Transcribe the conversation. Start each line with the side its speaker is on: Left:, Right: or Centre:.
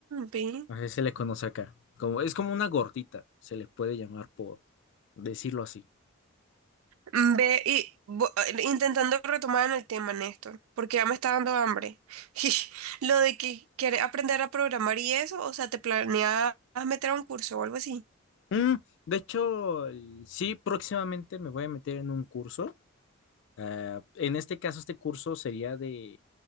Right: ve.
Left: así se le conoce acá. Como, es como una gordita, se le puede llamar por decirlo así.
Right: Ve, y bo- intentando retomar en el tema, Néstor, porque ya me está dando hambre. <laughs> Lo de que quieres aprender a programar y eso, o sea, ¿te planeas meter a un curso o algo así?
Left: Mm, de hecho, el- sí, próximamente me voy a meter en un curso. Ah, en este caso, este curso sería de